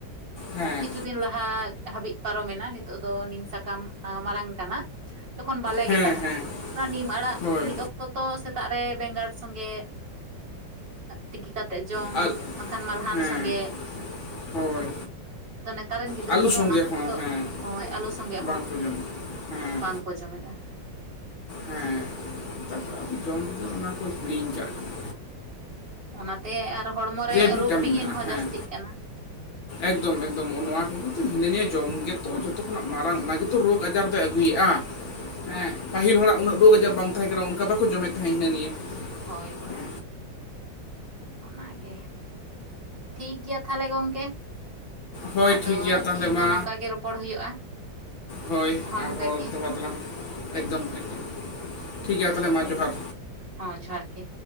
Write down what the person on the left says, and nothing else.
ᱦᱮᱸ
ᱦᱮᱸ
ᱦᱮᱸ
ᱦᱳᱭ
ᱟᱨ
ᱦᱮᱸ
ᱦᱳᱭ
ᱟᱹᱞᱩ
ᱥᱚᱸᱜᱮ
ᱦᱚᱸ ᱦᱮᱸ
ᱵᱟᱝᱠᱚ ᱡᱚᱢᱟ ᱦᱮᱸ
ᱦᱮᱸ ᱛᱟᱯᱚᱨ ᱡᱚᱢ ᱚᱱᱟ ᱠᱚ ᱦᱤᱲᱤᱧ
ᱠᱟᱫ ᱠᱟᱱᱟ
ᱵᱷᱤᱴᱟᱢᱤᱱ
ᱢᱮᱱᱟᱜᱼᱟ
ᱦᱮᱸ
ᱮᱠᱫᱚᱢ ᱮᱠᱫᱚᱢ ᱱᱚᱣᱟ ᱠᱚ ᱠᱤᱱᱛᱩ ᱦᱤᱱᱟᱹ ᱱᱤᱭᱟᱹᱮ ᱡᱚᱢ ᱜᱮ ᱚ ᱡᱚᱛᱚ ᱠᱷᱚᱱᱟᱜ ᱢᱟᱨᱟᱝ ᱚᱱᱟᱜᱮᱛᱚ ᱨᱳᱜᱽ ᱟᱡᱟᱨ ᱫᱚᱭ ᱟᱹᱜᱩᱭᱮᱫᱼᱟ ᱦᱮᱸ ᱯᱟᱹᱦᱤᱞ ᱦᱚᱲᱟᱜ ᱩᱱᱟᱹᱜ ᱨᱳᱜᱽ ᱟᱡᱟᱨ ᱵᱟᱝ ᱛᱟᱦᱮᱸ ᱠᱟᱱᱟ ᱚᱱᱠᱟ ᱵᱟᱠᱚ ᱡᱚᱢᱮᱫ ᱛᱟᱦᱮᱸᱜ ᱦᱤᱱᱟᱹ ᱱᱤᱭᱟᱹ
ᱦᱮᱸ
ᱦᱳᱭ
ᱴᱷᱤᱠ ᱜᱮᱭᱟ ᱛᱟᱦᱚᱞᱮ
ᱢᱟ
ᱦᱳᱭ ᱟᱨᱦᱚᱸ
ᱫᱚᱦᱲᱟ ᱛᱮᱞᱟᱝ ᱮᱠᱫᱚᱢ ᱮᱠᱫᱚᱢ ᱴᱷᱤᱠ ᱜᱮᱭᱟ ᱛᱟᱦᱚᱞᱮ
ᱡᱚᱦᱟᱨ